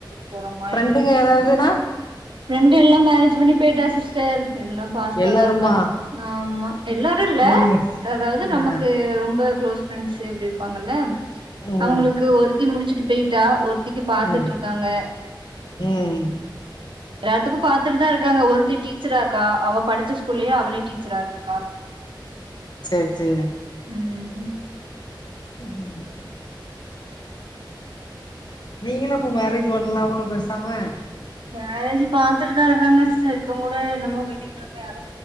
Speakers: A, on the right; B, on the left.
A: போறோமா
B: ஃப்ரெண்டுங்க
A: என்னன்ட்டு
B: யாராவதுனா
A: ஃப்ரெண்டு எல்லா மேரேஜ் பண்ணி போயிட்டா சிஸ்டர் எல்லா பாஸ்டா
B: எல்லாருமா
A: தா இருக்காலுவோ ஆமா எல்லாரு இல்ல
B: நீ
A: அதாவது நமக்கு
B: ஆ
A: ரொம்ப க்ளோஸ் ஃரெண்ட்ஸ் அப்டி ப்பாங்கல்ல
B: ம்
A: அவுங்களுக்கு ஒருத்தி முடிச்சிட்டு போயிட்டா ஒருத் திக்கு பாத்துட்ருக்காங்க
B: ம் ம்
A: எல்லாத்துக்கு பாத்துட்டு தா இருக்காங்க ஒருத்தி டீச்சரா இருக்கா அவ படிச்ச ஸ்கூல்லே அவளே டீச்சரா இரு
B: சேரி சேரி
A: <unintelligible> உம்
B: ம் நீங்களு அப்ப மேரேஜ் பண்ணலாம்லா பேசாம
A: மேரேஜ் பாத்துட்டு தா இருக்காங்க சிஸ்டர் இப்ப கூட என்னமோ வெள்ளிக்கெழம யாரோ